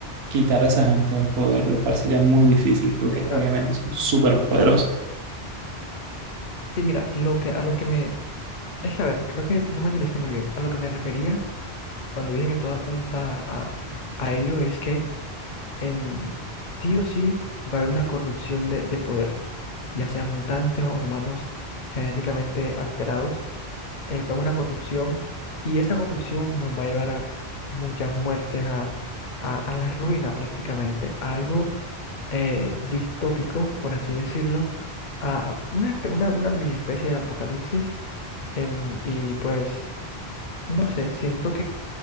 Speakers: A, on the right; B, on the left.
A: quitar a esa gente del poder, lo cual sería muy difícil porque
B: sí, claro.
A: obviamente son súper poderosos.
B: Sí, mira, lo que, a lo que me... Es que, a ver, creo que no me entendiste muy bien. A lo que me refería Cuando dije que todo apunta a, a ello es que em, sí o sí va a haber una corrupción de, de poder, ya sean mutantes o humanos genéticamente alterados, eh, va a haber una corrupción y esta corrupción nos va a llevar a muchas muertes, a, a, a la ruina prácticamente, a algo eh, distópico, por así decirlo, a una, espe- una, una mini especie de apocalipsis em, y pues no sé, siento